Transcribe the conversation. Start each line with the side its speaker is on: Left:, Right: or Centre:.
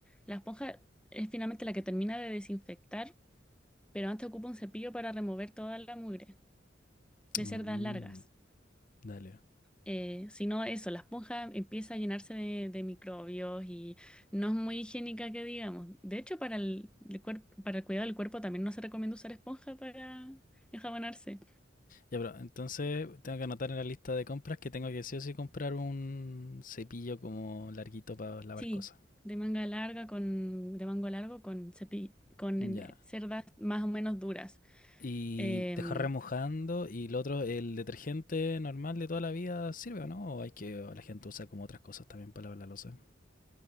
Centre: la esponja es finalmente la que termina de desinfectar, pero antes ocupo un cepillo para remover toda la mugre de
Left: Mm,
Centre: cerdas largas.
Left: dale.
Centre: Eh, si no, eso, la esponja empieza a llenarse de, de microbios y no es muy higiénica que digamos. De hecho, para el, el cuer- para el cuidado del cuerpo también no se recomienda usar esponja para enjabonarse.
Left: Ya, pero entonces tengo que anotar en la lista de compras que tengo que sí o sí comprar un cepillo como larguito para lavar
Centre: Sí,
Left: cosas.
Centre: de manga larga con, de mango largo con cepi- con
Left: Ya.
Centre: eh, cerdas más o menos duras.
Left: Y
Centre: Em,
Left: dejar remojando. Y lo otro, el detergente normal de toda la vida sirve o no? O hay que, o la gente usa como otras cosas también para lavar la loza.